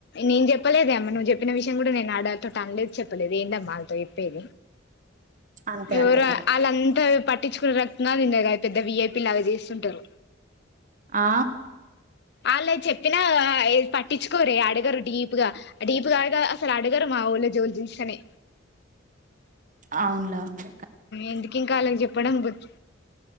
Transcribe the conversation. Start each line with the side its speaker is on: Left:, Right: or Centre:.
Left: నేను చెప్పలేదేమ్మ నువ్వు చెప్ చెప్పిన విషయం కూడా నేను ఆడ అంతో అనలేదు చెప్పలేదు ఎందమ్మా ఆళ్ళతో చెప్పేది
Right: అంతే
Left: ఏవరు
Right: అంతే కరెక్ట్
Left: ఆలంతా పట్టించుకునే రక్కదు పెద్ద వీఐపి లాగా చేస్తుంటారు
Right: ఆ
Left: ఆల్లయ్ చెప్పినగద పట్టిచుకోరే అడుగరు డీప్గా డీపుగా ఆగ అసలు అడగురమావలో జోల్ జిసనే
Right: అవునులే అవును
Left: ఎందుకు ఇంకా ఆళ్ళకి చెప్ ప్పడం బుజ్